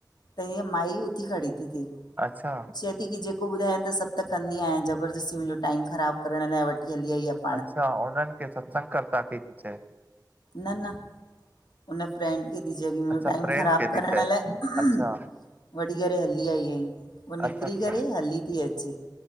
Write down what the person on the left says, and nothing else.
त ईय माई उथी खड़ी ती थे।
चए थी की जेको ॿुधायन त सभु त कंनी आहियां, ज़बरदस्ती मुंहिंजो टाइम ख़राबु करण लाइ वठी हली आई आ।
न-न हुन फ्रेंंड खे थी चयें की मुंहिंजो
टाइम
ख़राबु
करण
लाये
वठी करे हली आई आहीं उ निकरी
करे हली थी अचे